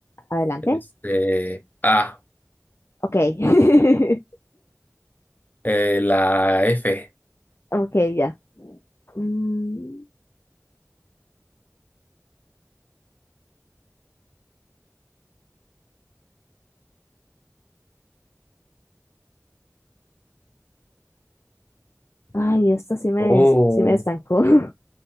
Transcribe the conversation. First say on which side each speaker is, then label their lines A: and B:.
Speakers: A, on the left; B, on the left.
A: Adelante.
B: Este, ah,
A: Ok. <laughs>
B: eh, la F.
A: Ok, ya. Mm, ay, esto sí me,
B: Oh,
A: sí me estancó. <laughs>